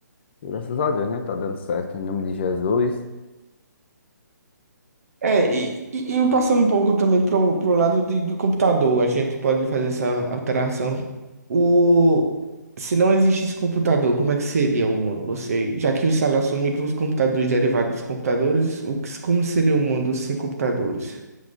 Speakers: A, on the left; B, on the right.
A: Graças a Deus, né? Tá dando certo, em nome de Jesus.
B: É, e, e, e passando um pouco também pro, pro lado de, do computador, a gente pode fazer essa alteração. O, se não existisse computador, como é que seria o mundo? Você, já que os salários são microcomputadores derivados dos computadores, o que, como seria o mundo sem computadores?